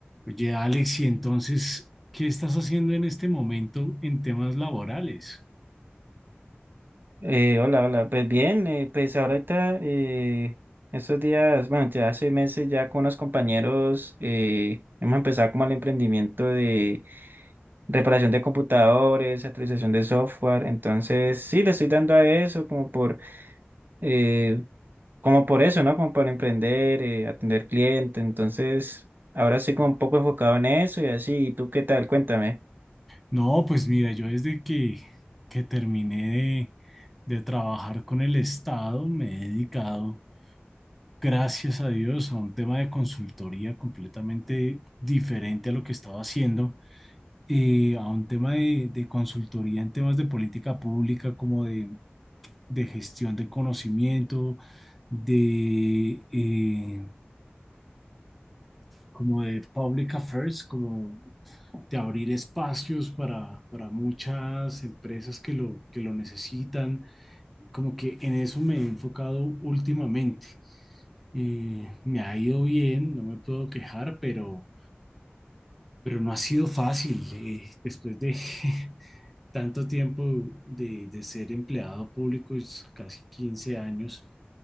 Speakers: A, in the centre; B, on the right.
A: Oye, Alex, y entonces, ¿qué estás haciendo en este momento en temas laborales?
B: Eh, hola, hola. Pues bien, eh, pues ahorita eh, estos días, bueno, ya hace meses ya con unos compañeros eh, hemos empezado como el emprendimiento de reparación de computadores, actualización de software. Entonces, sí, le estoy dando a eso como por, eh, como por eso, ¿no? Como por emprender, eh, atender cliente. Entonces, ahora estoy como un poco enfocado en eso y así. ¿Y tú qué tal? Cuéntame.
A: No, pues mira, yo desde que, que terminé de, de trabajar con el Estado, me he dedicado, gracias a Dios, a un tema de consultoría completamente diferente a lo que estaba haciendo, eh, a un tema de, de consultoría en temas de política pública, como de, de gestión de conocimiento, de... eh, como de public affairs, como de abrir espacios para, para muchas empresas que lo, que lo necesitan. Como que en eso me he enfocado últimamente. Eh, me ha ido bien, no me puedo quejar, pero, pero no ha sido fácil. eh, después de <laughs> tanto tiempo de, de ser empleado público, es casi 15 años,